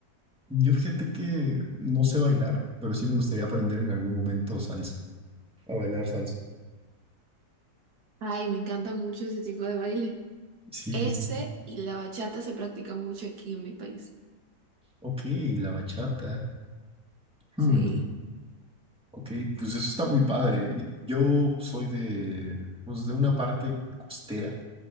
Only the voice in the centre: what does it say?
Yo fíjate que no sé bailar, pero sí me gustaría aprender en algún momento salsa, a bailar salsa.
Sí,
sí.
ok, la bachata. Hmm,
ok, pues eso está muy padre. Yo soy de, pues de una parte costera.